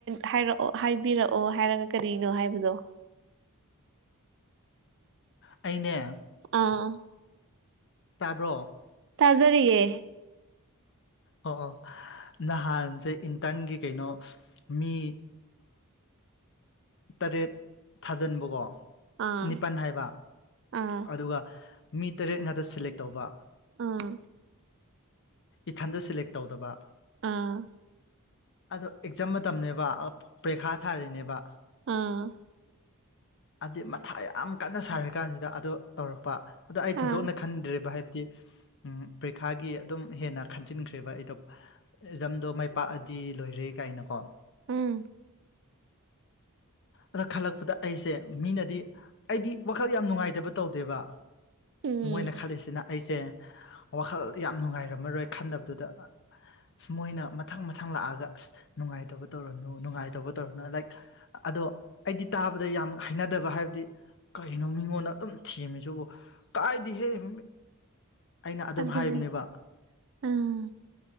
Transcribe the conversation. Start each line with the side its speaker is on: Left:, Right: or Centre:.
Right: ꯍꯥꯏꯔꯛꯑꯣ ꯍꯥꯏꯕꯤꯔꯛꯑꯣ ꯍꯥꯏꯔꯒ ꯀꯔꯤꯅꯣ ꯍꯥꯏꯕꯗꯣ
Left: ꯑꯩꯅꯦ
Right: ꯑꯥ
Left: ꯇꯥꯕ꯭ꯔꯣ
Right: ꯇꯥꯖꯔꯤꯌꯦ
Left: ꯑꯣ ꯑꯣ ꯅꯍꯥꯟꯁꯦ ꯏꯟꯇꯔꯟꯒꯤ ꯀꯩꯅꯣ ꯃꯤ ꯇꯔꯦꯠ ꯊꯥꯖꯤꯟꯕꯀꯣ
Right: ꯑꯥ
Left: ꯅꯤꯄꯥꯜ ꯍꯥꯏꯕ
Right: ꯑꯥ
Left: ꯑꯗꯨꯒ ꯃꯤ ꯇꯔꯦꯠ ꯉꯥꯛꯇ ꯁꯦꯂꯦꯛ ꯇꯧꯕ
Right: ꯑꯥ
Left: ꯏꯊꯟꯗ ꯁꯦꯂꯦꯛ ꯇꯧꯗꯕ
Right: ꯑꯥ
Left: ꯑꯣ ꯑꯦꯛꯖꯥꯝ ꯃꯇꯝꯅꯤꯅꯦꯕ ꯄꯔꯤꯈꯥ ꯊꯥꯔꯤꯅꯦꯕ
Right: ꯑꯥ
Left: ꯍꯥꯏꯗꯤ ꯃꯊꯥ ꯌꯥꯝ ꯀꯟꯅ ꯁꯥꯔꯤ ꯀꯥꯟꯁꯤꯗ ꯑꯗꯣ ꯇꯧꯔꯛꯄ ꯑꯗꯣ ꯑꯩ ꯊꯣꯏꯗꯣꯛꯅ
Right: ꯑꯥ
Left: ꯈꯟꯗ꯭ꯔꯦꯕ ꯍꯥꯏꯕꯗꯤ ꯄ꯭ꯔꯤꯈꯥꯒꯤ ꯑꯗꯨꯝ ꯍꯦꯟꯅ ꯈꯟꯖꯤꯟꯈ꯭ꯔꯦꯕ ꯑꯩꯗꯣ ꯑꯦꯛꯖꯝꯗꯣ ꯃꯥꯏ ꯄꯥꯛꯑꯗꯤ ꯂꯣꯏꯔꯦ ꯀꯥꯏꯅꯀꯣ
Right: ꯎꯝ
Left: ꯑꯗꯣ ꯈꯜꯂꯛꯄꯗ ꯑꯩꯁꯦ ꯃꯤꯅꯗꯤ ꯑꯩꯗꯤ ꯋꯥꯈꯜ ꯌꯥꯝ ꯅꯨꯡꯉꯥꯏꯇꯕ ꯇꯧꯗꯦꯕ
Right: ꯎꯝ
Left: ꯃꯣꯏꯅ ꯈꯜꯂꯤꯁꯤꯅ ꯑꯩꯁꯦ ꯋꯥꯈꯜ ꯌꯥꯝ ꯅꯨꯡꯉꯥꯏꯔꯝꯃꯔꯣꯏ ꯈꯟꯗꯕꯗꯨꯗ ꯃꯣꯏꯅ ꯃꯊꯪ ꯃꯊꯪ ꯂꯥꯛꯑꯒ ꯑꯁ ꯅꯨꯡꯉꯥꯏꯇꯕ ꯇꯧꯔꯅꯨ ꯅꯨꯡꯉꯥꯏꯇꯕ ꯇꯧꯔꯅꯨ ꯂꯥꯏꯛ ꯑꯗꯣ ꯑꯩꯗꯤ ꯇꯥꯕꯗ ꯌꯥꯝ ꯍꯩꯅꯗꯕ ꯍꯥꯏꯕꯗꯤ ꯀꯩꯅꯣ ꯃꯤꯉꯣꯟꯗ ꯑꯗꯨꯝ ꯊꯦꯝꯃꯦꯁꯤꯕꯨ ꯀꯥꯏꯗꯤ ꯍꯦꯛ ꯑꯩꯅ ꯑꯗꯨꯝ
Right: ꯑꯗꯨꯅꯦ
Left: ꯍꯥꯏꯕꯅꯦꯕ
Right: ꯎꯝ